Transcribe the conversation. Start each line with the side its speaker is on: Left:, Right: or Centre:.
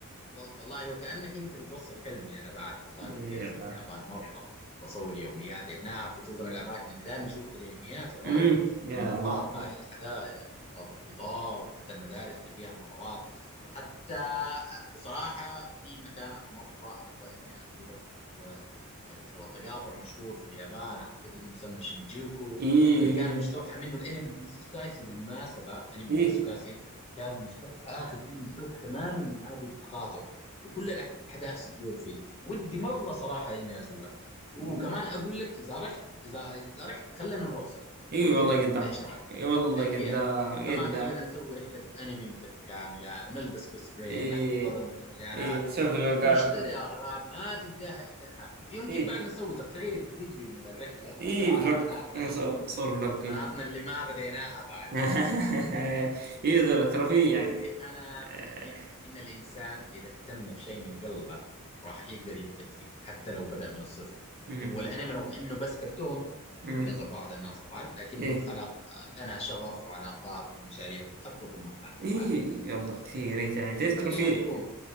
Left: وال- والله وكأنك انت بتوصف حلمي انا بعد والله
Right: ايه
Left: ودي ازور
Right: والله
Left: اليابان مره واصور يومياتي هناك خصوصا الاماكن اللي دائما نشوفها في الانميات يا راجل
Right: امم يا
Left: المقاهي
Right: الله ايه
Left: الحدائق محطات القطار وحتى المدارس اللي فيها الممرات وحتى وصراحه في مكان انا مره ابغى اني ازوره اللي هو اللي هو تقاطع مشهور في اليابان اعتقد انه يسمى شينجوكو
Right: ايه
Left: واللي كان مستوحى منه الانمي جوجوتسو كايسن بالمناسبه انمي جوجوتسو
Right: ايه
Left: كايسن كان مستوحى اخر جزء مستوحى تماما من هذه التقاطع وكل الاحداث تدور فيه ودي مره صراحه اني ازورها وكمان
Right: ايه,
Left: اقول لك اذا رحت اذا اذا رحت خلينا نروح سوا
Right: إيه والله قدام
Left: ايش رايك؟
Right: ايه والله
Left: أي-
Right: قدام
Left: يا وكمان
Right: قدام
Left: خلينا نسوي رحله انمي متكامله ونلبس كوسبراي
Right: ايه
Left: نحضر المهرجانات
Right: ايه سوي فلوقات
Left: ونشتري اغراض ما تلقاها الا هناك يمكن
Right: ايه
Left: بعد نسوي تقرير فيديو من الرحله ونزله
Right: ايه
Left: على
Right: فلوق
Left: قناتنا
Right: يعني صور صور فلوق ايه
Left: قناتنا اللي ما بديناها بعد
Right: <laughs> يقدر ترفيه
Left: تدري
Right: يعني
Left: أنا
Right: آه،
Left: مؤمن إن الإنسان إذا اهتم بشيء من قلبه راح يقدر يبدع فيه حتى لو بدأ من الصفر
Right: مم.
Left: والأنمي رغم إنه بس كرتون
Right: مم.
Left: بنظر بعض الناس طبعا لكنه
Right: ايه
Left: خلق لنا شغف وعلاقات ومشاريع وحتى طموحات
Right: ايه
Left: كمان
Right: والله كثير إيه يعني تعرف
Left: خلينا
Right: ترفيه
Left: نكون